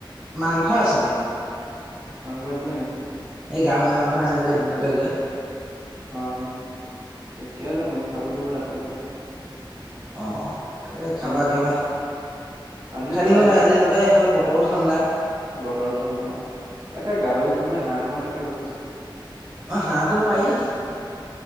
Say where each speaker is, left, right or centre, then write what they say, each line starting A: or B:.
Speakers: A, on the right; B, on the right.
A: মাংস আছিলে।
B: মাংস আছিলে নি?
A: এই গাহৰি -মাংস আনিলোগে দিনতে গৈ।
B: অহ, থিকে আছে মই খাব লাগিব ৰাতিলে অলপ।
A: অহ, তাকে খাবা
B: আনিমগে
A: -খাবা
B: আৰু আনিমগে
A: খাই থাকিব
B: আৰু আনিব
A: লাগে। আজি তাতে সেইফালে ব তৰ ঠাণ্ডা।
B: বতৰ ঠাণ্ডা তাকে গাহৰি খাও, নে হাঁহ খাও তাকে ভাবিছো।
A: অহ, হাঁহটো পাৰি।